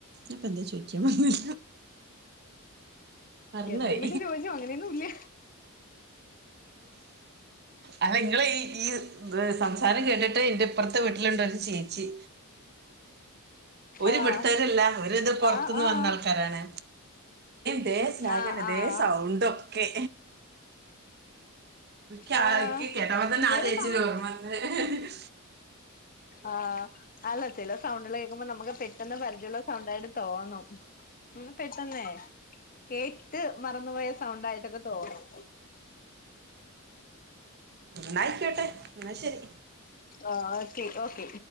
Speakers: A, on the right; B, on the left.
A: ഇപ്പൊ എന്താ ചോദിക്കാൻ വന്നല്ലോ? മറന്നോയി
B: എന്തെങ്കിലൊക്കെ ചോദിച്ചോ അങ്ങനെയൊന്നും ഇല്ല.
A: അ നിങ്ങളെ ഈ ഈ ഇ സംസാരം കേട്ടിട്ട് എൻന്റെ ഇപ്പുറത്തെ വീട്ടിലുണ്ടായിരുന്നു ചേ ഒർ
B: ആഹ്
A: ഇവിടുത്തെരല്ല അവരി ഇത് പുറത്തുന്ന്
B: ആഹ് ആഹ്
A: വന്ന ആൾക്കാരാണ് തെ സ്ലാഗൻ
B: ആഹ്
A: ന്നേ
B: ആഹ്
A: തെ സൗണ്ട് ഒക്കെ ക്ക്
B: ആഹ്
A: കേട്ട്പ തന്നെ
B: ചിലര്
A: ആ ചേച്ചീനെ
B: സൗണ്ട്
A: ഓർമ്മ വന്ന
B: ആഅല്ല ചില സൗണ്ടില് കേൾക്കുമ്പോ നമുക്ക് പെട്ടെന്ന് പരിചയയുള്ള സൗണ്ട ആയിട്ട് തോന്നും ഇ പെട്ടെന്ന കേട്ട് മറന്നുപോയ സൗണ്ട ആയിട്ടൊക്കെ തോന്നും
A: നന്നായിക്കോട്ടെ എന്ന ശരി
B: ആ ഓക്കെ ഓക്കെ